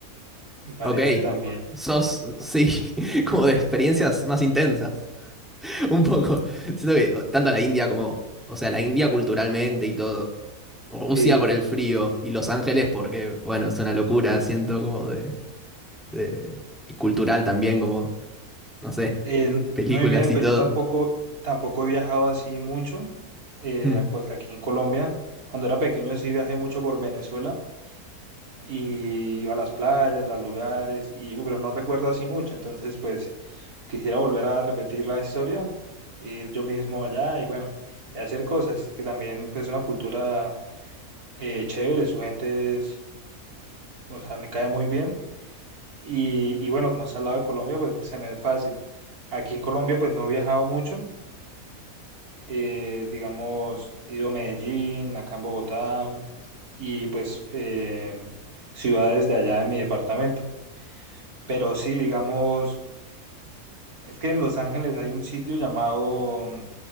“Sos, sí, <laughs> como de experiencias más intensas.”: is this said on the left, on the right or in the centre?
Centre